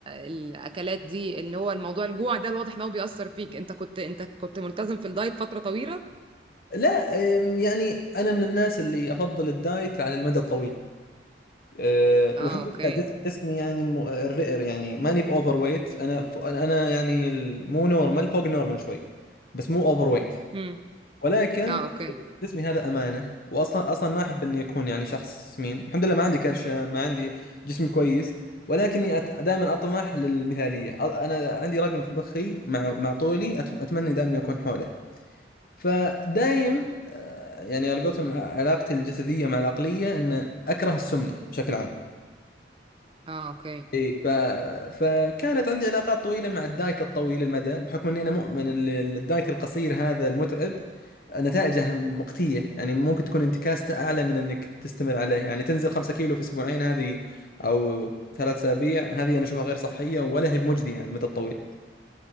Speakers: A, on the right (about 30°); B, on the left (about 55°).
A: الاكلات دي اللي هو الموضوع الجوع ده الواضح ان هو بيأثر فيك انت كنت انت كنت ملتزم في الدايت فترة طويلة
B: لا أم، يعني انا من الناس اللي افضل الدايت على المدى الطويل أه،
A: اه
B: والحمد
A: اوكي
B: لله جس- جسمي يعني م- الر- يعني ماني باوفر ويت انا ف- انا يعني ال- مو نورمال فوق النورمال شوي بس مو اوفر ويت
A: امم
B: ولكن
A: اه اوكي
B: جسمي هذا امانه واصلا اصلا ما احب اني اكون يعني شخص سمين الحمد لله ما عندي كرشه ما عندي جسمي كويس ولكني أت... دائما اطمح للمثاليه أ- انا عندي رقم في مخي مع مع طولي أت... اتمنى دائما اني اكون حوله فدايم آه، يعني على قولتهم علاقتي الجسديه مع العقليه ان اكره السمنه بشكل عام
A: اه اوكي
B: اي ف... فكانت عندي علاقات طويله مع الدايت الطويل المدى بحكم اني انا مؤمن ان ال- الدايت القصير هذا المتعب نتائجه مقتيه يعني ممكن تكون انتكاسته اعلى من انك تستمر عليه يعني تنزل 5 كيلو في اسبوعين هذه او ثلاث اسابيع هذه انا اشوفها غير صحيه ولا هي بمجديه على المدى الطويل